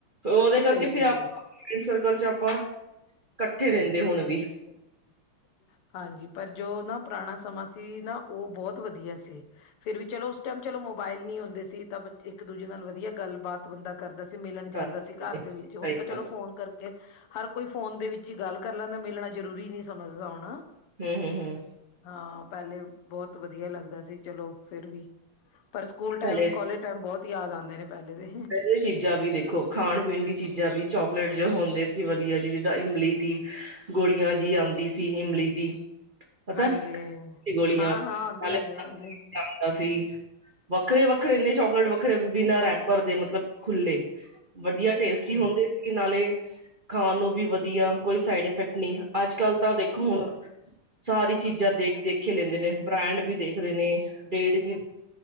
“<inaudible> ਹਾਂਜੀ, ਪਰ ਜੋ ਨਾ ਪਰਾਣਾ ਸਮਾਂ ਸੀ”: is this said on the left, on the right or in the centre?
Left